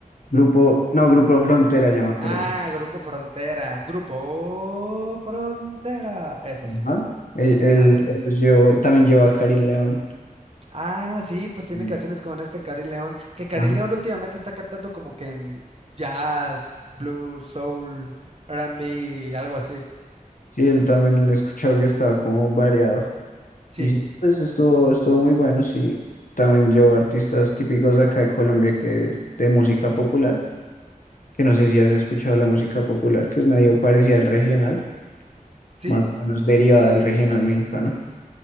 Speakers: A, on the left; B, on the right.
A: Grupo, no, Grupo Frontera, ya me acordé.
B: Ah, Grupo Frontera. Grupo Frontera. Esos.
A: Ajá. Él, él-
B: Ándale.
A: él los llevó- también llevó a Karim León.
B: Ah, sí, pues tiene
A: Mm.
B: canciones con este Cari León. Que Cari
A: Ajá.
B: León últimamente está cantando como que en jazz, blues, soul, R&B, algo así.
A: Sí, él también he escuchado que estaba como variado.
B: Sí.
A: Y sí, pues estuvo, estuvo muy bueno, sí. También llevó artistas típicos acá de Colombia que de música popular, que no sé si has escuchado la música popular, que es medio parecida al regional,
B: Sí,
A: más o menos derivada del regional mexicano.